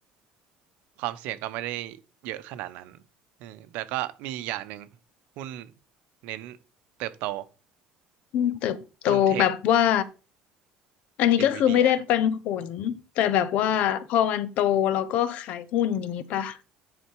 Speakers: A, on the right (about 70°); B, on the left (about 60°).
A: ความเสี่ยงก็ไม่ได้เยอะขนาดนั้นเออแต่ก็มีอีกอย่างหนึ่งหุ้นเน้นเติบโต
B: อืมเติบโตแบบว่า
A: หุ้นเทค
B: อันนี้ก็คือไม่ได้ปันผลแต่แบบว่าพอมันโตเราก็ขายหุ้นอย่างนี้ปะ
A: เอ็นวีเดีย